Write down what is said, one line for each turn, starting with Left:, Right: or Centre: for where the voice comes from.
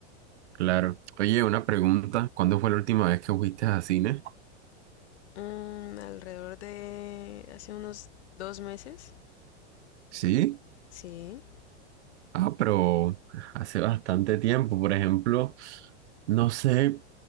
Right: Claro. Oye, una pregunta, ¿cuándo fue la última vez que fuiste a cine?
Left: Mm, alrededor de hace unos dos meses.
Right: Sí.
Left: Sí,
Right: Ah, pero hace bastante tiempo, por ejemplo, no sé.